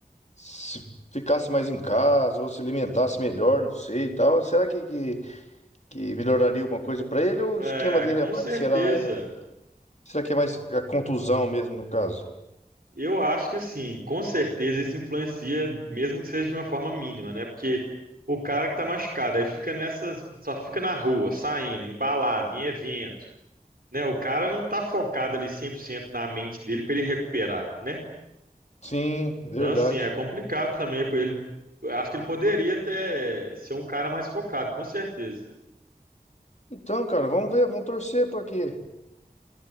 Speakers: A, on the left; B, on the right.
A: se ficasse mais em casa, ou se alimentasse melhor, não sei e tal, será que, que, que melhoraria alguma coisa pra ele? Ou o
B: É,
A: esquema dele
B: com
A: é mais,
B: certeza.
A: será, é, será que é mais a contusão mesmo, no caso?
B: Eu acho que assim, com certeza isso influencia, mesmo que seja de uma forma mínima, né? Porque o cara que tá machucado, aí fica nessas, só fica na rua, saindo, em balada, em evento, né? O cara não tá focado ali 100% na mente dele pra ele recuperar, né?
A: Sim, verdade.
B: Então assim, é complicado também pra ele. Eu Acho que ele poderia até ser um cara mais focado, com certeza.
A: Então, cara, vamos ver, vamos torcer para que